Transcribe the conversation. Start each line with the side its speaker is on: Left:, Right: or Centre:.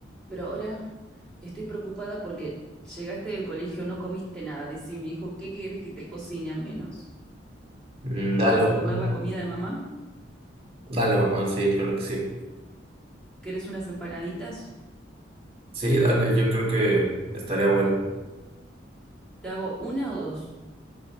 Centre: pero ahora estoy preocupada porque llegaste del colegio, no comiste nada. Decime, hijo, ¿qué quieres que te cocine al menos?
Right: Mm, Dale,
Centre: ¿Vas a
Right: mamá.
Centre: comer la comida de mamá?
Right: Dale, mamá, sí, claro que sí.
Centre: ¿Querés unas empanaditas?
Right: Sí, dale, yo creo que estaría bueno.
Centre: ¿Te hago una o dos?